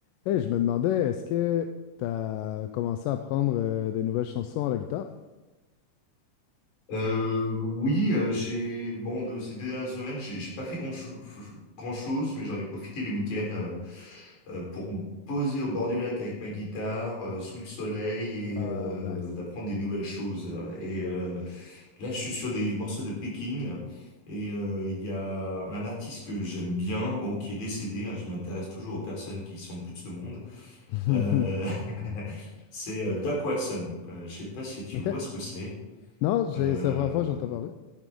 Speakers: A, on the left; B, on the left.
A: Hey, je me demandais, est-ce que tu as commencé à apprendre euh, des nouvelles chansons à la guitare?
B: Euh, oui, euh, j'ai bon de ces dernières semaines, j'ai j'ai pas fait grand chose, mais j'en ai profité les week-ends euh, euh, pour me poser au bord du lac avec ma guitare, euh, sous le soleil et
A: Ah,
B: euh,
A: nice.
B: d'apprendre des nouvelles choses. Et euh, là, je suis sur des morceaux de Peking et euh, il y a un artiste que j'aime bien, bon qui est décédé. hein, je m'intéresse toujours aux personnes qui sont plus de ce monde.
A: <laughs>
B: Euh, <laughs> c'est euh, Doc Watson. Euh, je sais pas si tu
A: OK.
B: vois ce que c'est.
A: Non, j'ai-
B: Euh,
A: c'est la première fois que j'entends parler.